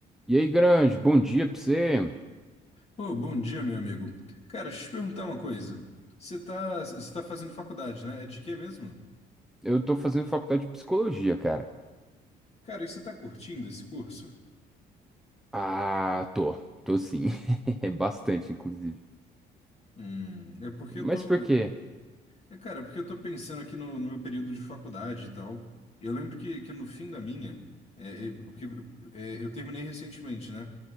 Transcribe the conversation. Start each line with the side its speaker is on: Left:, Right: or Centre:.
Centre: E aí, grande, bom dia pra você.
Left: Ô, bom dia, meu amigo. Cara, deixa eu te perguntar uma coisa. Você tá, você tá fazendo faculdade, né? É de quê mesmo?
Centre: Eu tô fazendo faculdade de psicologia, cara.
Left: Cara, e você tá curtindo esse curso?
Centre: Ah, tô. Tô sim. <laughs> É bastante, inclusive.
Left: Hum, é porque
Centre: Mas
Left: eu tô.
Centre: por quê?
Left: É, cara, é porque eu tô pensando aqui no, no meu período de faculdade e tal. Eu lembro que, que no fim da minha, é, é, porque é, eu terminei recentemente, né?